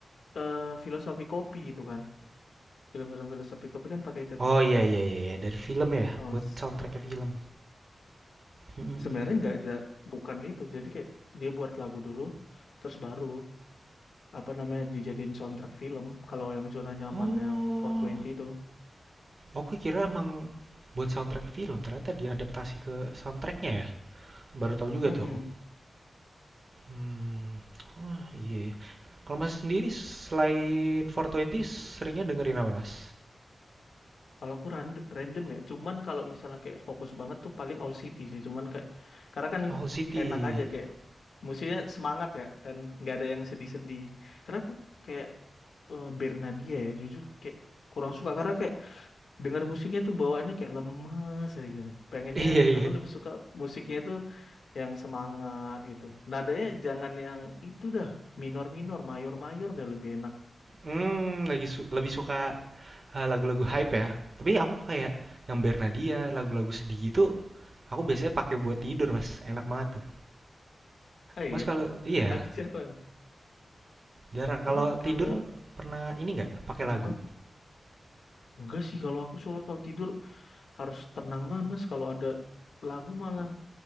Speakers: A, on the left; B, on the right.
A: eh, filosofi kopi itu kan. Film-film filosofi kopi kan pakai itu tuh.
B: Oh iya iya iya iya. dari film ya,
A: Oh,
B: buat
A: s-
B: soundtracknya film. Mhm, mhm.
A: sebenarnya nggak ada, bukan itu. Jadi kayak dia buat lagu dulu, terus baru. apa namanya dijadiin soundtrack film kalau yang zona nyamannya
B: Oh,
A: 420 itu
B: aku kira emang buat soundtrack film ternyata diadaptasi ke soundtracknya ya. Baru tahu juga
A: Mm-mm.
B: tuh aku. Mmm, wah, iya ya. Kalau Mas sendiri selain 420 seringnya dengerin apa, Mas?
A: Kalau aku rand- random ya, cuman kalau misalnya kayak fokus banget tuh paling All City sih, cuman kayak karena kan
B: Owl City.
A: enak aja
B: <laughs>
A: kayak musiknya semangat ya kan, nggak ada yang sedih-sedih. Karena aku kayak eh, Bernadia ya, jujur kayak kurang suka karena kayak dengar musiknya tuh bawaannya kayak lemes kayak gitu. Pengennya
B: Iya iya.
A: aku lebih suka musiknya itu yang semangat gitu. Nadanya jangan yang itu dah, minor-minor, mayor-mayor dah lebih enak.
B: Mmm, lagi su lebih suka, eee, lagu-lagu hype ya? Tapi aku kayak yang Bernadia, lagu-lagu sedih gitu, aku biasanya pakai buat tidur, Mas, enak banget tuh.
A: Ah
B: Mas
A: iya,
B: kalau iya,
A: aku jarang.
B: jarang.
A: Cuman
B: Kalau tidur
A: kalau
B: pernah ini nggak, pakai
A: eh,
B: lagu?
A: eh, enggak sih kalau aku soalnya kalau tidur harus tenang banget Mas kalau ada lagu malah